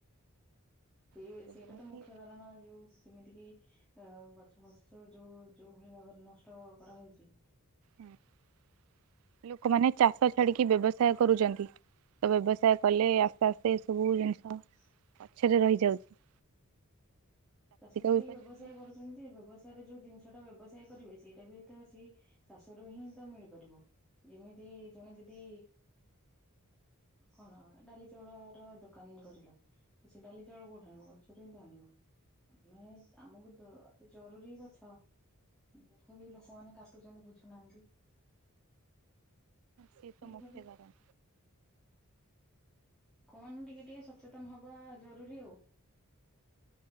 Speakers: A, in the centre; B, on the right.
A: ସେଇ
B: ଯେମିତି
A: ସେଇଟା ତ ମୁଖ୍ୟ କାରଣ ଯୋଉ ଯେମିତି କିି ଅ ଗଛ ଫସ ସ ଯୋଉ ଯୋଉ ଭଳି ଭାବରେ ନଷ୍ଟ କରାହଉଚି।
B: ହୁଁ ଲୋକମାନେ ଚାଷ ଛାଡ଼ିକି ବ୍ୟବସାୟ କରୁଚନ୍ତି ତ ବ୍ୟବସାୟ କଲେ ଆସ୍ତେ ଆସ୍ତେ ସବୁ ଜିନିଷ
A: ହ
B: ପଛରେ ରହିଯାଉଚି।
A: ଚାଷ ଛାଡିକି
B: ବିପର୍ଯ୍ୟୟ
A: ବ୍ୟବସାୟ କରୁଚନ୍ତି ବ୍ୟବସାୟରେ ଯୋଉ ଜିନିଷ ଟା ବ୍ୟବସାୟ କରିବେ ସେଇଟା ବି ତ ସେଇ ଚାଷ ରୁ ହିଁ ତ ମିଳିପାରିବ ଯେମିତି ଜଣେ ଯେଦି କଣ ଡାଲି ଚାଉଳର ଦୋ କାନ କରିଲା ତ ସେ ଡାଲି ଚାଉଳ କୋଉଠୁ ଆଣିବ ଗଛରୁହିଁ ତ ଆଣିବ। ଆମେ ଆମକୁ ଅତି ଜରୁରୀ ଗଛ ତଥାବି ଲୋକମାନେ କାଟୁଚନ୍ତି ବୁଝୁନାହାନ୍ତି।
B: ସିଏତ
A: ଏଇଭଳି
B: ମୁଖ୍ୟ କାରଣ।
A: କଣ ଟିକେ ଟିକେ ସଚେତନ ହବା ଜରୁରୀ ଆଉ।